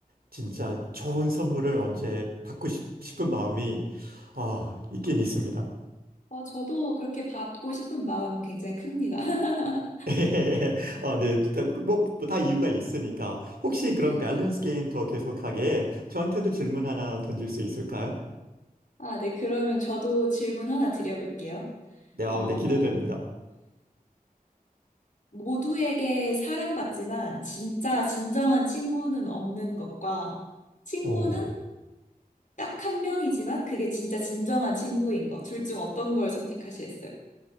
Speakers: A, on the right (about 80°); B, on the left (about 55°).
A: 진짜 좋은 선물을 언제 받고 싶, 은 마음이, 아, 있긴 있습니다.
B: 어, 저도 그렇게 받고 싶은 마음 굉장히 큽니다. <laughs>
A: <laughs> 어, 네. 다- 뭐, 다 이유가 있으니까. 혹시
B: 네.
A: 그런 밸런스 게임 더 계속하게 저한테도 질문 하나 던질 수 있을까요?
B: 아, 네. 그러면 저도 질문 하나 드려볼게요.
A: 네, 어,
B: 어,
A: 네, 기대됩니다.
B: 모두에게 사랑받지만 진짜 진정한 친구는 없는 것과 친구는
A: 오.
B: 딱 한 명이지만 그게 진짜 진정한 친구인 거. 둘 중 어떤 걸 선택하시겠어요?